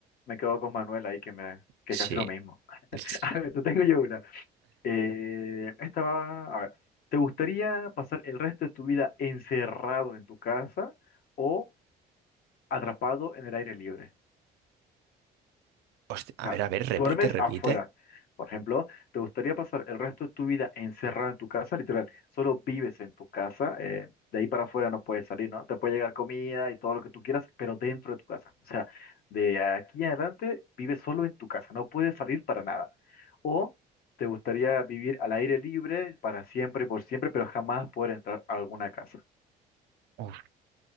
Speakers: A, on the left; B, on the right.
A: me quedo con Manuel ahí que me, que
B: Sí.
A: es casi lo mismo. <laughs>
B: <laughs>
A: A ver, te tengo yo una. Eh, esta va, a ver, ¿te gustaría pasar el resto de tu vida encerrado en tu casa o atrapado en el aire libre.
B: Hostia,
A: O sea,
B: a ver, a ver, repite,
A: duermes
B: repite.
A: afuera. Por ejemplo, ¿te gustaría pasar el resto de tu vida encerrado en tu casa? Literal, solo vives en tu casa. eh, de ahí para afuera no puedes salir, ¿no? Te puede llegar comida y todo lo que tú quieras, pero dentro de tu casa. O sea, de aquí en adelante vives solo en tu casa. No puedes salir para nada. O te gustaría vivir al aire libre para siempre, por siempre, pero jamás poder entrar a alguna casa.
B: Uf.